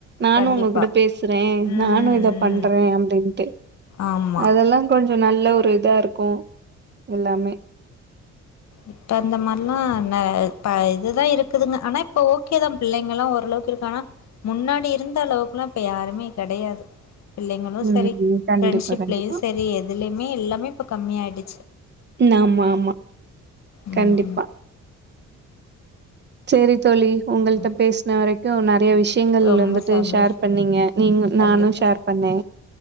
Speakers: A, on the right; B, on the left.
A: நானும்
B: கண்டிப்பா
A: உங்க கூட பேசுறேன்
B: ம்
A: நானும் இத பண்
B: ம்
A: பண்ரே அப்டின்டு
B: ஆமா
A: அதெல்லா கொ நல்ல ஒரு இதா இருக்கும் எல்லாமே
B: இப்ப அந்த மாரிலாம் ந ப இ இதுதான் இருக்குதுங்க ஆனா இப்ப ஓகேதான் பிள்ளைங்கலாம் ஓரளவுக்கு இருக்காங்க ஆனா முன்னாடி இருந்தளவுக்குலாம் இப்ப யாருமே கெடையாது பிள்ளைங்களும்
A: ம்
B: சரி
A: கண்டிப்பா
B: ஃப்ரெண்ட்ஷிப்லயும்
A: கண்டிப்பா
B: சரி எதுலயுமே எல்லாமே இப்ப கம்மிய ஆயிடுச்
A: நா ஆம்மா ஆம்மா
B: ம்
A: கண்டிப்பா
B: ம்
A: சேரி தோழி உங்கள்ட்ட
B: ம்.
A: பேசின வரைக் கு ந நிறைய விஷ்யங்கள்
B: ரொம்ப
A: வந்துட்டு
B: சந்தோஷம்
A: ஷேர் பண்ணீங்க நீங்க
B: கண்டிப்பா
A: நானும் ஷேர் பண்ணே